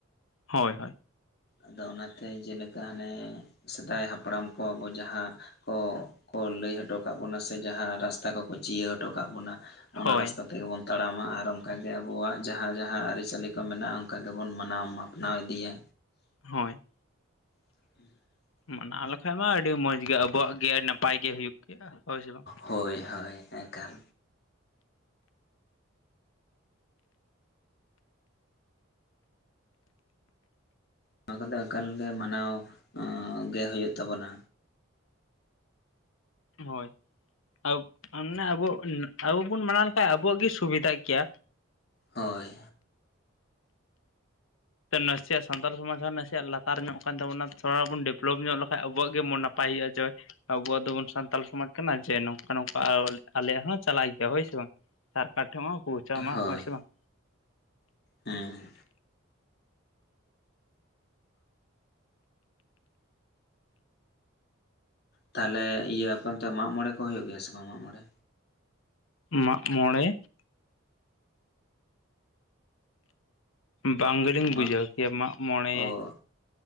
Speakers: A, on the left; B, on the left.
A: ᱦᱳᱭ ᱦᱳᱭ᱾
B: ᱟᱫᱚ ᱚᱱᱟᱛᱮ ᱡᱮᱞᱮᱠᱟ ᱦᱟᱱᱮ ᱥᱮᱫᱟᱭ ᱦᱟᱯᱲᱟᱢ ᱠᱚ ᱟᱵᱚ ᱡᱟᱦᱟᱸ ᱠᱚᱠᱚ ᱞᱟᱹᱭ ᱦᱚᱴᱚ ᱠᱟᱜ ᱵᱚᱱᱟ ᱥᱮ ᱡᱟᱦᱟᱸ ᱨᱟᱥᱛᱟ ᱠᱚᱠᱚ ᱪᱤᱭᱟᱹ ᱦᱚᱴᱚ ᱠᱟᱜ ᱵᱚᱱᱟ᱾ ᱚᱱᱟ
A: ᱦᱳᱭ
B: ᱨᱟᱥᱛᱟ ᱛᱮᱜᱮ ᱵᱚᱱ ᱛᱟᱲᱟᱢᱟ ᱟᱨ ᱚᱱᱠᱟᱜᱮ ᱟᱵᱚᱣᱟᱜ ᱡᱟᱦᱟᱸ ᱡᱟᱦᱟᱸ ᱟᱹᱨᱤᱪᱟᱹᱞᱤ ᱠᱚ ᱢᱮᱱᱟᱜᱼᱟ ᱚᱱᱠᱟ ᱜᱮᱵᱚᱱ ᱢᱟᱱᱟᱣ ᱢᱟᱯᱟᱱᱟᱣ ᱤᱫᱤᱭᱟ᱾
A: ᱦᱳᱭ᱾
B: <inaudible>
A: ᱢᱟᱱᱟᱣ ᱞᱮᱠᱟᱱᱡ ᱢᱟ ᱟᱹᱰᱤ ᱢᱚᱡᱽ ᱜᱮ ᱟᱵᱚᱣᱟᱜ ᱜᱮ ᱟᱹᱰᱤ ᱱᱟᱯᱟᱭ ᱜᱮ ᱦᱩᱭᱩᱜ᱾ ᱠᱮᱜᱼᱟ ᱦᱚᱭ ᱥᱮ᱾ ᱵᱟᱝ
B: ᱦᱳᱭ ᱦᱳᱭ ᱮᱠᱟᱞ᱾ ᱱᱚᱣᱟ ᱠᱚᱫᱚ ᱮᱠᱟᱞᱜ ᱢᱟᱱᱟᱣ ᱜᱮ ᱦᱩᱭᱩᱜᱭ ᱛᱟᱵᱚᱱᱟ᱾
A: ᱦᱳᱭ ᱟᱵᱚ ᱟᱵᱚ ᱵᱚᱱ ᱢᱟᱱᱟᱣ ᱞᱮᱠᱷᱟᱱᱡ ᱟᱵᱚᱣᱟᱜ ᱜᱮ ᱥᱩᱵᱤᱫᱷ ᱜᱮᱭᱟ᱾
B: ᱦᱳᱭ᱾
A: ᱱᱟᱥᱮᱭᱟᱜ ᱥᱟᱱᱛᱟᱞ ᱥᱚᱢᱟᱡᱽ ᱦᱚᱸ ᱱᱟᱥᱮᱭᱟᱜ ᱞᱟᱛᱟᱨ ᱧᱚᱜ ᱠᱟᱱ ᱛᱟᱵᱚᱱᱟ ᱛᱷᱚᱲᱟ ᱵᱚᱱ ᱰᱮᱵᱷᱞᱚᱯ ᱧᱚᱜ ᱞᱮᱠᱷᱟᱱᱡ ᱟᱵᱚᱣᱟᱜ ᱜᱮ ᱢᱚᱱ ᱱᱟᱯᱟᱭ ᱦᱩᱭᱩᱜᱼᱟ ᱡᱮ ᱟᱵᱚᱣᱟᱜ ᱫᱚᱵᱚᱱ ᱥᱟᱱᱛᱟᱲ ᱥᱚᱢᱟᱡᱽ ᱠᱟᱱᱟ ᱡᱮ ᱱᱚᱝᱠᱟ ᱱᱚᱝᱠᱟ ᱟᱞᱮᱭᱟᱜ ᱦᱚᱸ ᱪᱟᱞᱟᱜ ᱜᱮᱭᱟ ᱦᱳᱭ ᱥᱮ ᱵᱟᱝ᱾ ᱥᱟᱨᱠᱟᱨ ᱴᱷᱮᱱ ᱦᱚ ᱯᱳᱣᱪᱣ ᱢᱟ
B: ᱦᱳᱭ
A: ᱦᱳᱭᱥ ᱥᱮ ᱵᱟᱝ᱾
B: ᱦᱮᱸ᱾ ᱛᱟᱦᱚᱞᱮ ᱤᱭᱟᱹᱯᱮᱱᱛᱮ ᱢᱟᱜ ᱢᱬᱮ ᱠᱚ ᱦᱩᱭᱩᱜ ᱜᱮᱭᱟ ᱥᱮ ᱵᱟᱝ ᱢᱟᱜᱽ ᱢᱚᱬᱮ?
A: ᱢᱟᱜᱢᱚᱬᱮ! ᱵᱟᱝ ᱜᱮᱞᱤᱧ
B: ᱢᱟᱜ
A: ᱵᱩᱡᱷᱟᱹᱣ ᱠᱮᱭᱟ ᱢᱟᱜᱢᱚᱬᱮ!
B: ᱚ